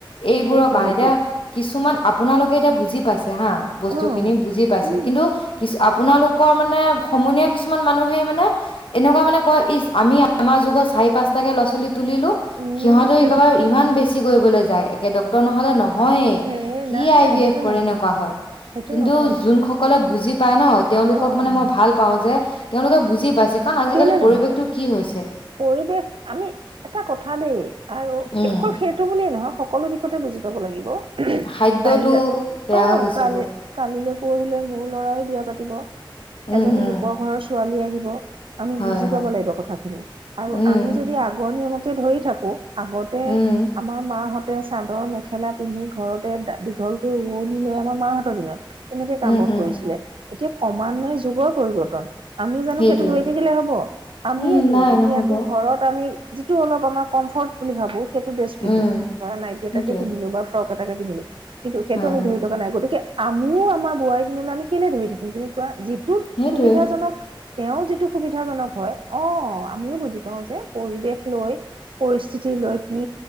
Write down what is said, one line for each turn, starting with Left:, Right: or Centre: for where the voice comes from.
Left: এইবোৰৰ
Right: সেইটো
Left: কাৰনে,
Right: সেইটো
Left: এতিয়া কিছুমান আপোনালোকে এতিয়া বুজি পাইছে হা বস্তু
Right: অ
Left: খিনি বুজি পাইছে
Right: উম
Left: কিন্তু কিচো আপোনালোকৰ মানে সমনীয়া কিছুমান মানুহেই মানে এনেকুৱা মানে কয় ইচ আমি আমাৰ যুগত চাৰি পাঁচটাকে কৰা ছোৱালী তুলিলো
Right: উম
Left: সিহতো একেবাৰে ইমান বেছি কৰিবলৈ যায় একে ড্ক্তৰ নহ'লে নহ হৈয়ে
Right: এ
Left: কি
Right: নাই
Left: আই
Right: নাই
Left: বি
Right: সেইটো
Left: এফ কৰে
Right: নহয়
Left: এনেকুৱা হয়
Right: সেইটো
Left: কিন্তু
Right: নহয়
Left: যোনসকলে বুজি পাই ন তেওঁলোকক
Right: অ
Left: মানে
Right: অ
Left: মই ভাল পাওঁ যে তেওঁলোকে বুজি পাইছে কাৰণ আজিকালি
Right: কেলে
Left: পৰিৱেশটো
Right: নহয়
Left: কি হৈছে
Right: পৰিৱেশ আমি এটা কথা দেই আৰু
Left: উম
Right: অকল সেইটো বুলিয়েই নহয় সকলো দিশতে বুজি পাব লাগিব
Left: খাদ্যটো
Right: কাইলৈ
Left: বেয়া
Right: অ
Left: হৈ গৈছে
Right: কালি
Left: বহুত
Right: কালিলৈ পৰহিলৈ মোৰ লৰাই বিয়া পাতিব
Left: উম
Right: এজনী
Left: উম
Right: লোকৰ ঘৰৰ ছোৱালী আহিব আমি
Left: হয়
Right: বুজি
Left: হয়
Right: পাব লাগিব কথাখিনি আৰু
Left: উম
Right: আমি যদি আগৰ নিয়মক ধৰি থাকো আগতে
Left: উম
Right: আমাৰ মাহত তে চাদৰ মেখেলা পিন্ধি ঘৰতে দীঘলকে উৱনি লয় আমাৰ মাহঁতৰ দিনত তেনেকে কাম
Left: উম
Right: বন
Left: উম
Right: কৰিছিলে এতিয়া ক্ৰমান্বয়ে যুগৰ পৰিৱৰ্তন আমি জানো
Left: সেইটোৱে
Right: সেইটো ধৰি হব আমিয়েতো
Left: উম নাই
Right: এতিয়াতো
Left: নহ'ব
Right: ঘৰত ম যিটো অলপ আমাৰ কমফৰ্ট বুলি ভাবো সেইটো ড্ৰেছ পিন্ধো
Left: উম
Right: ধৰা নাইটি এটাকে
Left: সেইটোৱে
Right: পিন্ধিলো বা ফ্ৰক এটাকে পিধিলো কিন্তু সেইটো
Left: হয়
Right: আমি
Left: হয়
Right: ধৰি থকা নাই গতিকে আমিও আমাৰ বোৱাৰীৰ দিনলৈ আমি কেলে ধৰি থাকিম তুমি কোৱা যি টোত
Left: সেইটোৱে
Right: সুবিধাজনক তেওঁৰ যিটো সুবিধাজনক হয় অ আমিও বুজি পাও যে পৰিৱেশ লৈ পৰিস্থিতি লৈ কি